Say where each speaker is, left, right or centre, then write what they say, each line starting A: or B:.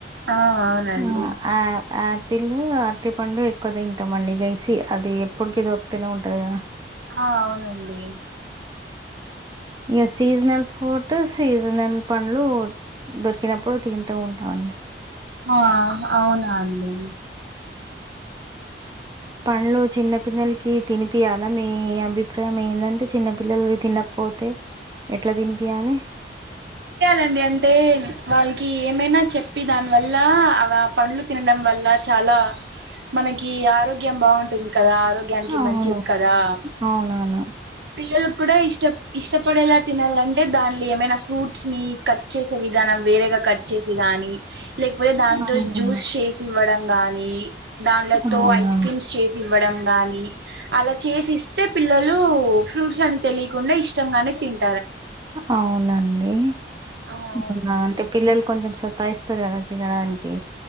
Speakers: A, on the right; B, on the right.
A: ఆ అవునండి
B: ఆ ఆ ఆ పిల్లు అరటి పండు ఎక్కువ తింటాంమండి గసి అది ఎప్పుడుకి దొరుకుతనే ఉంటది కదా
A: ఆ అవునండి
B: ఎస్ సీజనల్ ఫోట్ సీజనల్ పండ్లు దొరికినప్పుడు తింటూ ఉంటామండి
A: ఆ అవునా అండి
B: పనులు చిన్న పిల్లలకి తినిపియాలా మీ అభిప్రాయం ఏందంటే చిన్నపిల్లలు తిన్న పోతే ఎట్లా తినిపియాలే
A: చెయాలండి అంటే వాళ్ళ కి ఏమైనా చెప్పి దాని వల్ల పండ్లు తినడం వల్ల చాలా మనకి ఆరోగ్యం బాగుంటుంది కదా ఆరోగ్యానికి
B: అవును
A: మంచిది కదా
B: అవునవును
A: పిల్లలు. కూడా ఇష్ట ఇష్టపడేలా తినాలంటే దానిలో ఏమైనా ఫ్రూట్స్. ని కట్ చేసే విధానం వేరేగా కట్ చేసే కాని. లేకపోతే దానింతో
B: అవునా
A: జ్యూస్ చేసి ఇవ్వడం గాని. దాంనలతో
B: అవునా
A: ఐస్ క్రీమ్స్ చేసి ఇవ్వడం. కాని అలా చేసిస్తే పిల్లలు ఫ్రూట్స్ అని తెలియకుండా ఇష్టంగానే తిన్.
B: అవునండి
A: ఆ అవునండి
B: అవునా అంటే పిల్లలు కొంచెం సత్తాయిస్తారు కదా. తినడానికి.